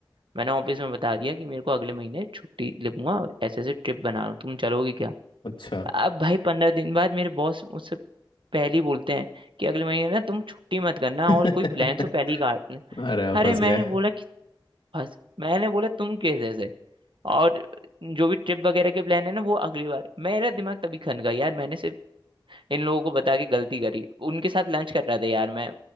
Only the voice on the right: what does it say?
मैंने ऑफिस में बता दिया कि मेरे को अगले महीने छुट्टी लूंगा ऐसे ऐसे ट्रिप बना रहा हूँ तुम चलोगे क्या
अब भाई पंद्रह दिन बाद मेरे बॉस मुझसे पहले ही बोलते हैं कि अगले महीने ना तुम छुट्टी मत करना
और कोई प्लान हो पहले ही काट लें
अरे
मैंने
बोला कि बस मैंने बोला तुम कैसे ऐसे और जो भी ट्रिप वगैरह के प्लान है ना वो अगली बार मेरा दिमाग तभी खन गया यार मैंने सिर्फ इन लोगों को बता के गलती करी उनके साथ लंच कर रहा था यार मैं